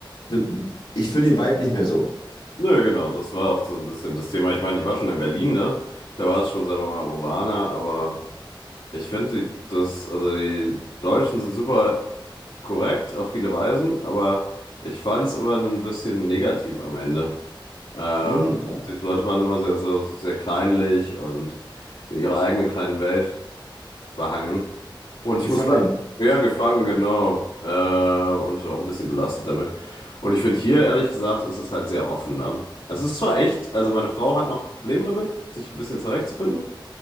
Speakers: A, on the left (about 85°); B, on the left (about 65°).
A: Du- Ich fühle den Vibe nicht mehr so.
B: Nö, genau, das war auch so ein bisschen das Thema. Ich meine, ich war schon in Berlin, ne? Da war es schon, sagen wir mal, urbaner, aber... Ich finde, die- das, also die Deutschen sind super korrekt auf viele Weisen, aber ich fand es immer ein bisschen negativ am Ende. Äh,
A: Hm,
B: die Leute waren immer sehr, sehr, sehr kleinlich und in ihrer eigenen kleinen Welt behangen. Und ich
A: gefangen.
B: muss sagen, ja, gefangen, genau. Äh, und auch ein bisschen belastet damit. Und ich finde hier, ehrlich gesagt, ist es halt sehr offen. Ne? Es ist zwar echt, also meine Frau hat noch Probleme damit, sich ein bisschen zurechtzufinden,